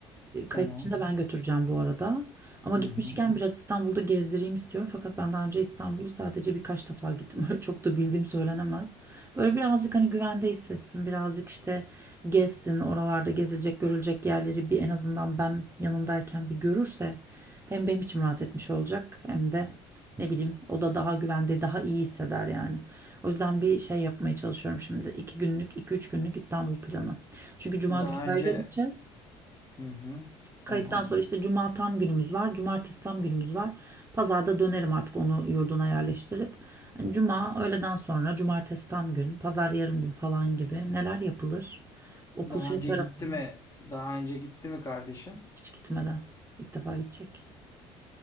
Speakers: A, on the right; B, on the left.
A: E,
B: Tamam.
A: Kayıt için de ben götüreceğim bu arada. Ama
B: Hı
A: gitmişken
B: hı.
A: biraz İstanbul'da gezdireyim istiyorum. Fakat ben daha önce İstanbul'u sadece birkaç defa gittim. <laughs> Öyle çok da bildiğim söylenemez. Böyle birazcık hani güvende hissetsin. Birazcık işte gezsin. Oralarda gezilecek, görülecek yerleri bir en azından ben yanındayken bir görürse hem benim içim rahat etmiş olacak hem de ne bileyim o da daha güvende, daha iyi hisseder yani. O yüzden bir şey yapmaya çalışıyorum şimdi. iki günlük, iki üç günlük İstanbul planı. Çünkü Cuma
B: Daha
A: günü kayda
B: önce
A: gideceğiz.
B: hı hı. Tamam.
A: Kayıttan sonra işte Cuma tam günümüz var. Cumartesi tam günümüz var. Pazarda dönerim artık onu yurduna yerleştirip. Hani Cuma öğleden sonra, Cumartesi tam gün, Pazar yarım gün falan gibi neler yapılır? Okul
B: Daha
A: şey
B: önce
A: tarafına
B: gitti mi? Daha önce gitti mi kardeşin?
A: hiç gitmeden. İlk defa gidecek.